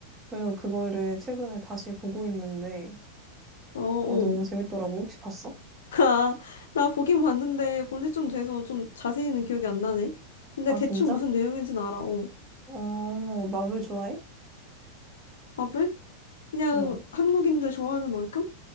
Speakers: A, on the right (about 20°); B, on the left (about 65°).
A: 그래서 그거를 최근에 다시 보고 있는데,
B: 어, 어.
A: 어, 너무 재밌더라고. 혹시 봤어?
B: <laughs> 아, 나 보긴 봤는데 본지 좀 돼서 좀 자세히는 기억이 안 나네. 근데
A: 아,
B: 대충
A: 진짜?
B: 무슨 내용인지는 알아. 어.
A: 어, 마블 좋아해?
B: 마블? 그냥
A: 응.
B: 한국인들 좋아하는 만큼?